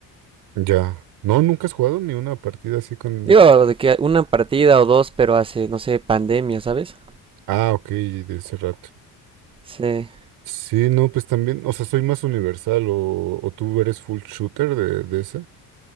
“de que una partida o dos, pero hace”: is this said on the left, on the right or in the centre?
Right